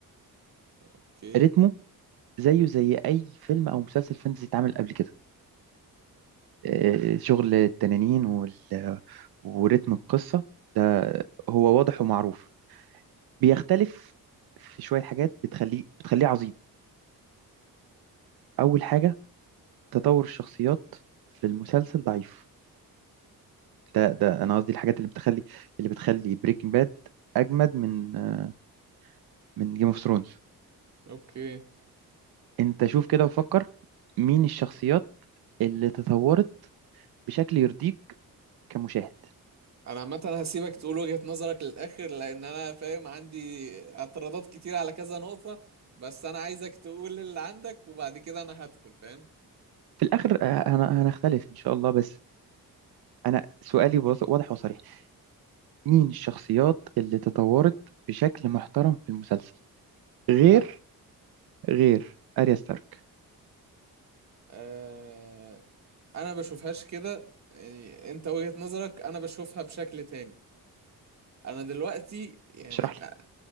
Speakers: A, on the right; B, on the right.
A: اوكي
B: رتمه زيه زي اي فيلم او مسلسل فانتزي اتعمل قبل كده آه، شغل التنانين وال... ورتم القصه ده هو واضح ومعروف بيختلف في شويه حاجات بتخليه بتخليه عظيم اول حاجه تطور الشخصيات في المسلسل ضعيف ده ده انا قصدي الحاجات اللي بتخلي اللي بتخلي بريكنج باد اجمد من آه، من جيم اوف ثرونز
A: اوكي
B: انت شوف كده وفكر مين الشخصيات اللي تطورت بشكل يرضيك كمشاهد
A: انا عامه هسيبك تقول وجهة نظرك للاخر لان انا فاهم عندي اعتراضات كتير على كذا نقطة بس انا عايزك تقول اللي عندك وبعد كده انا هدخل فاهم
B: في الآخر آه، هن- هنختلف إن شاء الله بس أنا سؤالي واض- واضح وصريح مين الشخصيات اللي تطورت بشكل محترم في المسلسل غير
A: لا
B: غير أريا ستارك
A: آه انا بشوفهاش كده يعني انت وجهة نظرك انا بشوفها بشكل تاني انا دلوقتي يعني
B: اشرح لي
A: أ-